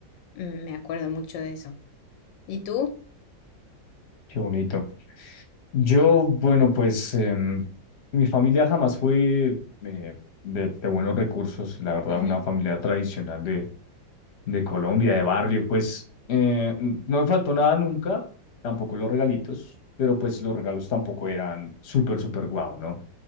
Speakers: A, on the left (about 85°); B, on the left (about 50°).
A: mm, me acuerdo mucho de eso. ¿Y tú?
B: Qué bonito. Yo, bueno, pues em, mi familia jamás fue eh, de, de buenos recursos, la verdad,
A: Ujú,
B: una familia tradicional de, de Colombia, de barrio, pues eh, n- no me faltó nada nunca, tampoco los regalitos, pero pues los regalos tampoco eran súper, súper guau, ¿no?